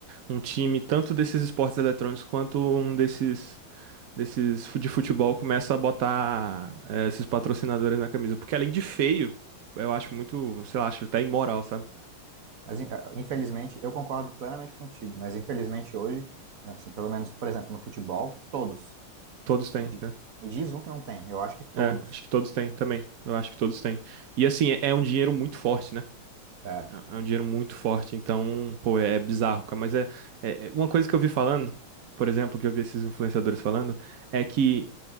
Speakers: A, on the right; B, on the right.
A: um time, tanto desses esportes eletrônicos quanto um desses, desses fu- de futebol, começa a botar eh, esses patrocinadores na camisa. Porque além de feio, eu acho muito, sei lá, acho até imoral, sabe?
B: Mas, in- ah, infelizmente, eu concordo plenamente contigo, mas infelizmente hoje, assim, pelo menos, por exemplo, no futebol, todos.
A: Todos têm,
B: Me di-
A: né?
B: me diz um que não tem. Eu acho que todos.
A: É, acho que todos têm também. Eu acho que todos têm. E assim, é, é um dinheiro muito forte, né?
B: É,
A: É é um dinheiro muito forte, então, pô, é é bizarro, cara. Mas é, é é uma coisa que eu vi falando, por exemplo, que eu vi esses influenciadores falando, é que